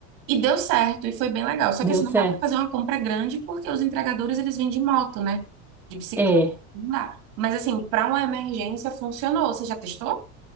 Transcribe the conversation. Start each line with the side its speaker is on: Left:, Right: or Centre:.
Right: E deu certo, e foi bem legal. Só
Centre: deu
Right: que assim,
Centre: certo.
Right: não dá para fazer uma compra grande porque os entregadores eles vêm de moto, né? De bicicleta,
Centre: É.
Right: não dá. Mas assim, para uma emergência funcionou. Você já testou?